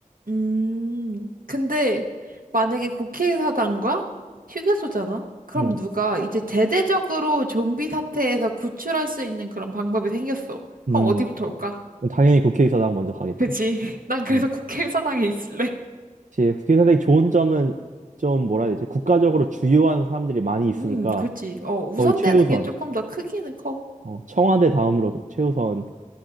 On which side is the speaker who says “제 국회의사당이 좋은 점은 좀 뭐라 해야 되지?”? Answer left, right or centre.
Right